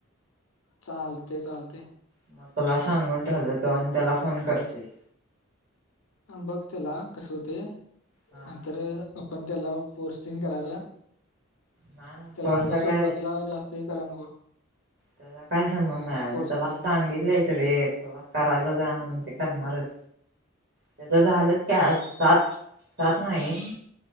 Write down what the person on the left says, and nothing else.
चालतय चालतय.
बघ त्याला कस होतय
नाहीतर आपण त्याला फोर्स तेन करायचा
त्याला
आता सुरुवातीला
जास्त हे कराय नको.
फोर्स
तीन